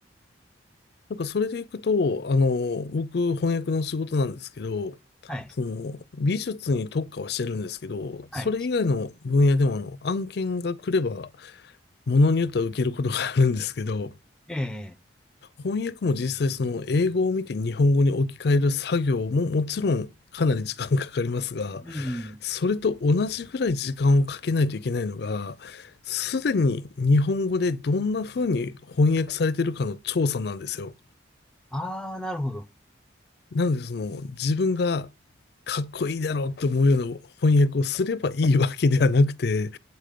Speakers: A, on the left; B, in the centre.
A: なんかそれでいくと、あの、僕、翻訳の仕事なんですけど、
B: はい。
A: その、美術に特化はしてるんですけど、
B: はい。
A: それ以外の分野でもあの、案件が来れば、ものによっては受けることがあるんですけど、
B: ええ
A: 翻訳も実際その、英語を見て日本語に置き換える作業ももちろんかなり時間かかりますが、
B: うん。
A: それと同じぐらい時間をかけないといけないのが、すでに日本語でどんな風に翻訳されてるかの調査なんですよ。
B: ああ、なるほど。
A: なので、その、自分がかっこいいだろうと思うような翻訳をすればいいわけではなくて、